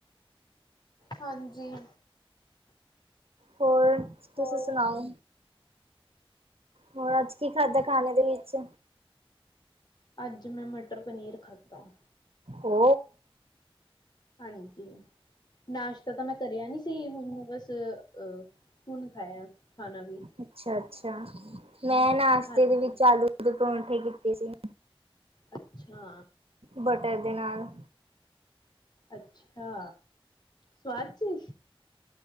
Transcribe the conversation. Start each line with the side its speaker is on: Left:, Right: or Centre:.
Left: ਹਾਂਜੀ
Right: ਹੋਰ, ਤੁਸੀ
Left: ਹੋਰ
Right: ਸਨਾਓ ਹੋਰ ਅੱਜ ਕੀ ਖਾਧਾ ਖਾਣੇ ਦੇ ਵਿੱਚ
Left: ਅੱਜ ਮੈਂ ਮਟਰ ਪਨੀਰ ਖਾਧਾ।
Right: ਹੋ
Left: ਹਾਂਜੀ ਨਾਸ਼ਤਾ ਤਾਂ ਮੈਂ ਕਰਿਆ ਨੀ ਸੀ ਹੁਣ ਬਸ ਅ ਹੁਣ ਖਾਇਆ ਖਾਣਾ ਵੀ
Right: ਅੱਛਾ ਅੱਛਾ ਮੈਂ ਨਾਸ਼ਤੇ
Left: ਹਾਂਜੀ
Right: ਦੇ ਵਿੱਚ ਆਲੂ ਦੇ ਪਰੋਂਠੇ ਕੀਤੇ ਸੀ
Left: ਅੱਛਾ!
Right: ਬਟਰ ਦੇ ਨਾਲ।
Left: ਅੱਛਾ! ਸਵਾਦ ਸੀ